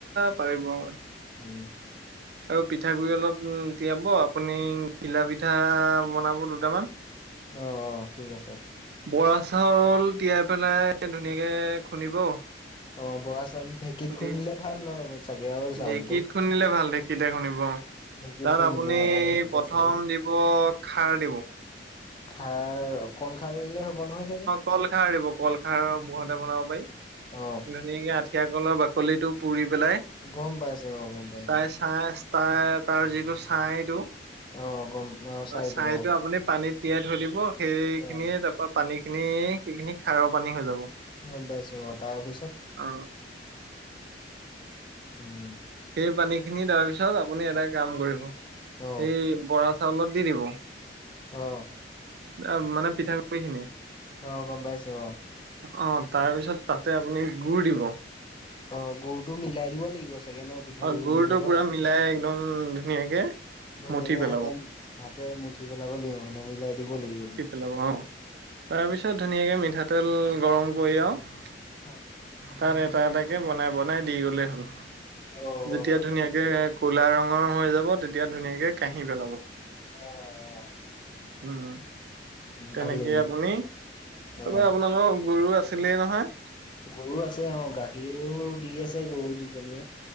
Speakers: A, on the right; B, on the left.
A: পাৰিব
B: উম
A: আৰু পিঠাগুড়ি, অলপ তিয়াব আপুনি ঘিলা, পিঠা বনাব দুটামান। উ
B: অ অ ঠিক আছে।
A: বৰা চাউল, তিয়াই পেলাই ধুনীয়াকে খুন্দিব।
B: অ বৰা চাউল, ঢেঁকীত
A: খুন্দি
B: খুন্দিলে ভাল ন। চাগে আৰু চাউলটো।
A: ঢেঁকীত, শুনিলে ভাল ঢেঁকীতে, শুনিব।
B: ঢেঁকীত
A: তাত
B: খুন্দিম
A: আপুনি
B: অ আমাৰ ঢেঁকী
A: প্ৰথম
B: আছেই
A: দিব খাৰ দিব।
B: খাৰ কল খাৰ দিলে হ'ব নহয় চাগে।
A: কলখাৰ দিব কলখাৰ মূৰতে বনাব পাৰি।
B: অ
A: ধুনীয়াকে আঠিয়া, কলৰ, বাকলি টো পুৰি পেলাই
B: গম পাইছো অ গম পাইছো।
A: তাই ছাই তাৰ তাৰ যিটো ছাইটো
B: অ গম অ চাইটো
A: ছাইটো
B: অ
A: আপুনি- পানীত তিয়াই থৈ দিব সেইখিনিয়ে
B: অ।
A: তাৰপা পানী খিনিয়ে সেইখিনিয়ে খাৰৰ পানী হৈ যাব।
B: অ পাইছো অ তাৰ পিছত
A: অ
B: উম
A: সেই পানী খিনি তাৰ পিছত আপুনি এটা কাম কৰিব সেই
B: অ
A: বৰা, চাউলত, দি দিব।
B: অঁ
A: অ মানে পিঠাগুড়ি, খিনি
B: অ গম পাইছো অ
A: অ তাৰপিছত তাতে আপুনি গুড়, দিব।
B: অ গুৰ, টো মিলাই দিব লাগিব চাগে ন। পিঠাগুৰি
A: অ গুৰ,
B: খিনিৰ
A: টো
B: লগত।
A: পুৰা মিলাই একদম ধুনীয়াকে
B: ধুনীয়াকে
A: মুঠি পেলাব
B: হাতে হাতে মুঠি পেলাব লাগিব মানে মিলাই দিব লাগিব।
A: মিলাব লাগিব অ তাৰপিছত ধুনীয়াকে মিঠাতেল, গৰম কৰি। আৰু
B: অ
A: তাৰ এটা এটাকে বনাই বনাই দি গলে হ'ল।
B: অ',
A: যেতিয়া ধুনীয়াকে
B: ঠিকে
A: ক'লা ৰঙৰ হৈ যাব। তেতিয়া ধুনীয়াকে কাঁহি পেলাব।
B: অ অ
A: উম তেনেকে
B: ভাল লাগিব
A: আপুনি
B: তেতিয়া।
A: আপোনালোকৰ
B: অ'।
A: গৰু, আছে। চছিলেই নহয়।
B: গৰু, আছে অ গাখীৰো দি আছে গৰু দুজনীয়ে-